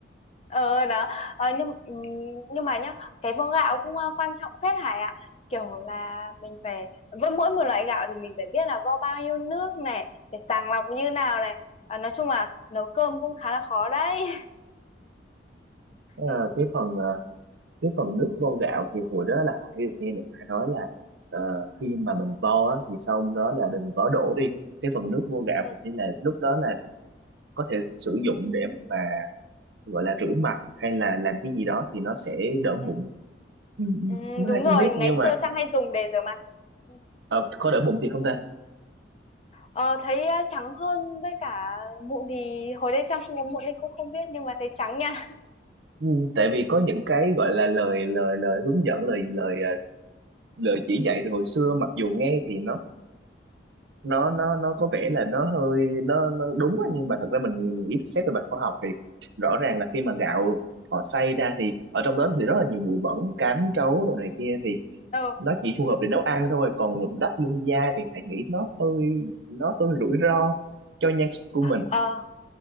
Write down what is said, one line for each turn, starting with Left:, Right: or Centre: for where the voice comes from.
Left: ờ đó ờ, nhưng ừm, nhưng mà nhá cái vo gạo cũng ờ, quan trọng phết Hải ạ kiểu là mình phải với mỗi một loại gạo thì mình phải biết là vo bao nhiêu nước này phải sàng lọc như nào này Ờ, nói chung là nấu cơm cũng khá là khó đấy
Right: à,
Left: <laughs>
Right: cái phần à, cái phần nước vo gạo thì hồi đó là Hải được nghe mẹ Hải nói là ờ, khi mà mình vo á, thì sau đó là đừng có đổ đi cái phần nước vo gạo
Left: ừ,
Right: hình như là lúc đó là có thể sử dụng để mà gọi là rửa mặt hay là làm cái gì đó thì nó sẽ đỡ mụn
Left: ừ,
Right: ừ, ừ,
Left: ừ,
Right: nó
Left: đúng
Right: ai cũng
Left: rồi
Right: biết
Left: ngày
Right: nhưng
Left: xưa
Right: mà
Left: Trang hay dùng để rửa mặt Ừ.
Right: ờ, có đỡ mụn thì không ta
Left: ờ, thấy ờ, trắng hơn với cả mụn thì hồi đấy Trang không có mụn nên cũng không biết nhưng mà thấy trắng nha
Right: ừ, tại vì có những cái gọi là lời lời lời hướng dẫn lời lời ờ, lời chỉ dạy từ hồi xưa mặc dù nghe thì nó nó nó nó có vẻ là nó hơi nó, nó đúng á, nhưng mà thật ra mình ít xét về mặt khoa học thì rõ ràng là khi mà gạo họ xay ra thì ở trong đó thì rất
Left: ừ.
Right: là nhiều bụi bẩn cám trấu đồ này
Left: ừ.
Right: kia thì
Left: Ờ,
Right: nó chỉ phù hợp để nấu ăn thôi còn đắp lưng da thì hãy nghĩ nó hơi nó hơi rủi ro cho nhan sắc của mình
Left: ờ,